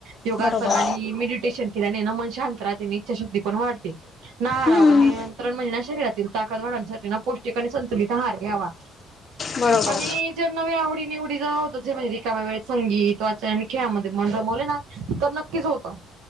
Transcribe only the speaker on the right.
योगासन
आणि मेडिटेशन केल्याने नं मन शांत राहते इच्छाशक्ती पण वाढते ना आरावर
नि <unintelligible> ण म्हणजे शरीरातील ताकद वाढवण्यासाठी पौष्टिक आणि संतुलित आहार घ्यावा
आणि नव आवडी निवडी जव्हा म्हणजे एका <unintelligible> वेळ संगीत वाचन आणि खेळामध्ये मन रमवले ना तर नक्कीच होतं.